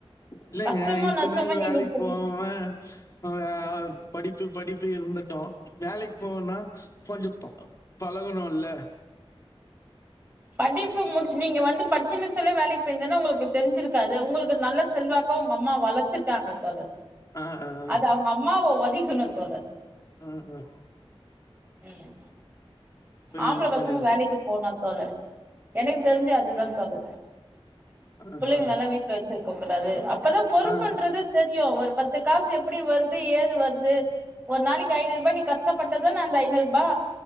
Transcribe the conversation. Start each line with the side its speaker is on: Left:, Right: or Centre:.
Left: இல்லேங்க
Right: கஷ்டமோ
Left: இத்துன்நாள்
Right: நஷ்டமோ நீங்க
Left: வேலைக்
Right: இப்படி
Left: போவாம ஆ படிப்பு படிப் ப்டியே இருந்துட்டோ வேலைக் போவுன்னா கொஞ்சோ பழகணூல்ல
Right: படிப்பு முடுச் நீங்க வந்து படிச்சுன்னோஸ்லே வேலைக் போயிருந்தனா உங்களுக்கு தெரிஞ்சிருக்காது உங்களுக்கு நல்ல செல்வாக்கா உங்கம்மா வளத்துட்டாங்க தோழர்
Left: ஆ, ஆ.
Right: அது அவுங்கம்மாவ ஒத் தீக்கணூ தோழர்
Left: அ அ
Right: ம்
Left: புரியுது
Right: ஆம்ப்ள
Left: புரியுது
Right: பசங்க வேலைக்கு போணூ தோழர் எனக்கு தெரிஞ்சு அதுதா தோழ எ
Left: ஆஹா
Right: புள்ளைங்கலா வீட்ல வச்சிருக்கக்கூடாது அப்பதா பொறுப்புன்றது
Left: ஆ
Right: தெரியூ ஒரு பத்து காசு எப்டி வருது ஏது வருது ஒரு நாளிக்கு ஐநூற்ரூபா நீ கஷ்டப்பட்டாதான அந்த ஐநூற்ரூபா